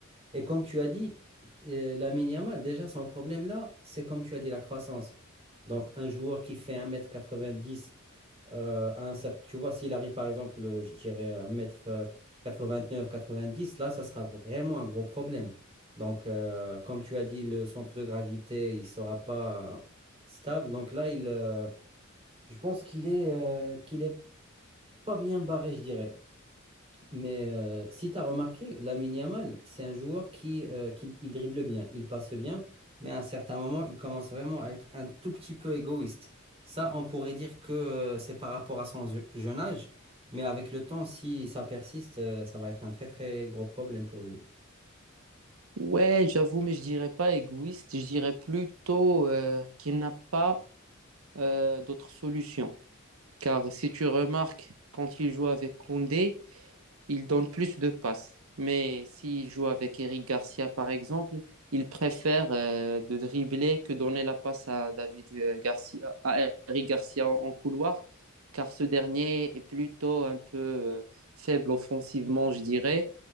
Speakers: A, on the right; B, on the right.
A: Et comme tu as dit, euh, Lamine Yamal, déjà, son problème là, c'est comme tu as dit, la croissance. Donc, un joueur qui fait 1m90, euh, à un certain, tu vois, s'il arrive par exemple, euh, je dirais un mètre euh, quatre-vingt-neuf quatre-vingt-dix là, ça sera vraiment un gros problème. Donc, euh, comme tu as dit, le centre de gravité, il sera pas euh, stable. Donc là, il, euh, je pense qu'il est, euh, qu'il est pas bien barré, je dirais. Mais euh, si tu as remarqué, Lamine Yamal, c'est un joueur qui, euh, qui il dribble bien, il passe bien, mais à un certain moment, il commence vraiment à être un tout petit peu égoïste. Ça, on pourrait dire que euh, c'est par rapport à son je- jeune âge, mais avec le temps, si ça persiste, euh, ça va être un très très gros problème pour lui.
B: Ouais, j'avoue, mais je dirais pas égoïste, je dirais plutôt euh, qu'il n'a pas euh, d'autre solution. Car si tu remarques, quand il joue avec Koundé, il donne plus de passes. Mais s'il joue avec Eric Garcia, par exemple, il préfère euh, de dribbler que donner la passe à David euh, Garcia, à Eric Garcia en, en couloir, car ce dernier est plutôt un peu euh, faible offensivement, je dirais